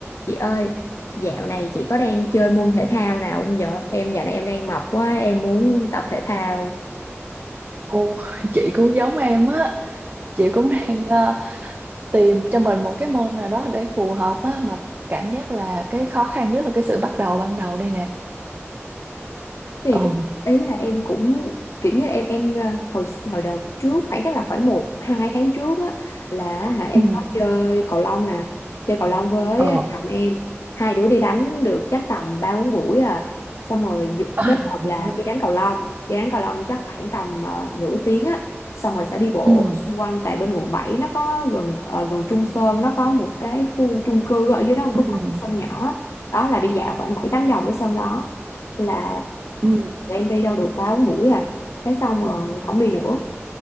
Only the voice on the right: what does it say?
Ồ, <laughs> chị cũng giống em á, chị cũng đang ờ, tìm cho mình một cái môn nào đó để phù hợp á mà cảm giác là cái khó khăn nhất là cái sự bắt đầu ban đầu đây nè.
Ừ.
ừ
ờ
<laughs>
ừ
ừ
ừ